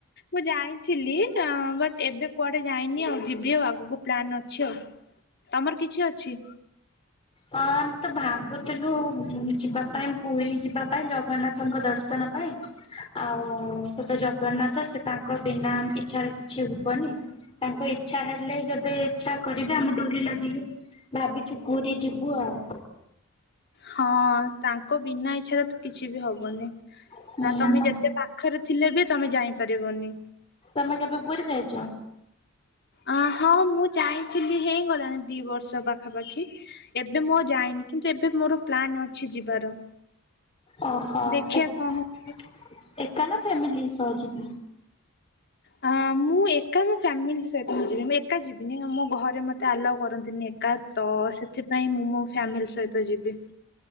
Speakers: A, on the left; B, on the left.
A: ମୁଁ ଯାଇଥିଲି ଅଁ ବଟ ଏବେ କୁଆଡେ ଯାଇନି ଆଉ ଯିବି ଆଉ ଆଗକୁ ପ୍ଲାନ୍ ଅଛି ଆଉ। ତମର କିଛି ଅଛି?
B: ହଁ ଆମେ ତ ଭାବୁଥିଲୁ ଯିବା ପାଇଁ ପୁରୀ ଯିବା ପାଇଁ ଜଗନ୍ନାଥଙ୍କ ଦର୍ଶନ ପାଇଁ। ଆଉ ସେତ ଜଗନ୍ନାଥ ସେ ତାଙ୍କ ବିନା ଇଚଛାରେ କିଛି ହୁବନି। ତାଙ୍କ ଇଛା ହେଲେ ଯେବେ ଇଚ୍ଛା କରିବେ ଆମ ଡୋରି ଲାଗିଲେ ଭାବିଛୁ ପୁରୀ ଯିବୁ ଆଉ।
A: ହଁ ତାଙ୍କ ବିନା ଇଚ୍ଛାରେ ତ କିଛି ବି ହବନି
B: ହୁଁ
A: ନା ତମେ ଯେତେ ପା ପାଖରେ ଥିଲେ ବି ତମେ ଯାଇଁ ପାରିବନି।
B: ତମେ କେବେ ପୁୁରୀ ଯାଇଚ?
A: ଅ ହଁ ମୁଁ ଯାଇଥିଲି ହେଇଗଲାଣି ଦି ବର୍ଷ ପାଖାପାଖି। ଏବେ ମୁଁ ଆଉ ଯାଇନି କିନ୍ତୁ ଏବେ ମୋର ପ୍ଲାନ୍ ଅଛି ଯିବାର।
B: ଓହୋ
A: ଦେଖିବା
B: ଏକ
A: କଣ ହଉଛି।
B: ଏକା ନା ଫ୍ୟାମିଲି ସହ ଜିବ?
A: ହଁ ମୁଁ ଏକା ମୋ ଫ୍ୟାମିଲି ସହିତ ମୁଁ ଯିବି ମୁଁ ଏକା ଯିବିନି ମୋ ଘରେ ମତେ ଆଲାଓ କରନ୍ତି ନି ଏକା ତ ସେଥିପାଇଁ ମୁଁ ମୋ ଫ୍ୟାମିଲି ସହିତ ଯିବି।